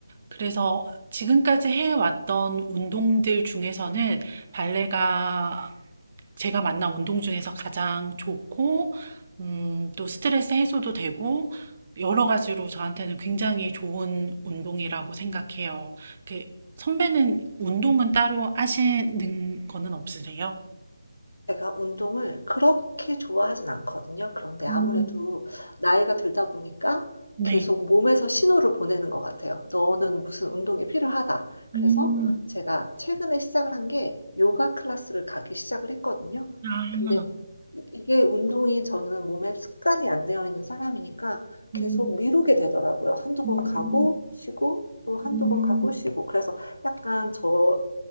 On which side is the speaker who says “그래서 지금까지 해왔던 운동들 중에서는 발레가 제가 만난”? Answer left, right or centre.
Right